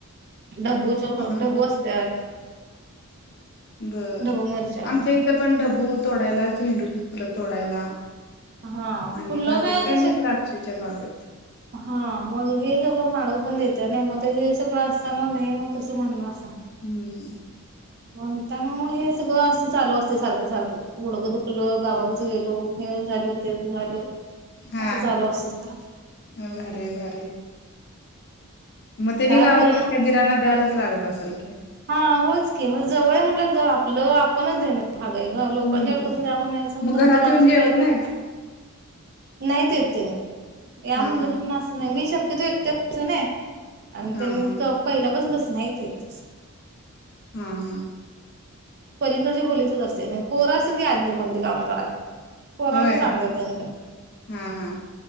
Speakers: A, on the right (about 45°); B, on the left (about 45°).
A: डबू
B: हा हा
A: डबू असतात
B: बर
A: ढबू मिरच्या
B: आमच्या इथं पण ढबू तोडायला झेंडूची फुलं तोडायला
A: हा
B: आणि
A: फुलं
B: बाकीच
A: काय
B: काही
A: शे
B: म द्राक्षच्या बागात
A: हा मल हेी सगळं माळ पण देत नाही मग ते सगळं असताना नाही मग कसं म्हणणार
B: हम्म
A: म्हणता ना मग हे सगळं असं चालू असते सारखं सारखं बुडगं दुखल गावातच गेलो झाल तेन झाल असं
B: हा
A: झालं असंर
B: भारी भारी मग त्यानी गावायला
A: बोलू
B: गेलं तर
A: ना
B: कायधिरांना द्यायलाच लागत असेल की
A: हा होच की म जवळ म्हटलं आपलं आपणच आहे ना भागा आहे ग
B: हम्म
A: लोकांच्या अ कसं द्या म्हणायचं मग तुमची
B: घरात
A: माणसं
B: येऊन जेवत
A: महिल
B: नाहीत?
A: नाहीतेत नाही या
B: हा
A: म्हटलं
B: हा
A: तर म असं नाही मी शत तू एकत अस ना आणि त्यां
B: हा हा
A: पहिल्यापासून तस नाही तू तस
B: हम हम्
A: पलीकडच्या भोलीतच असते पोरं असतील काी आदली मधली काम करायला कोोरना
B: होय
A: सांगत त्यांनी प
B: हा हा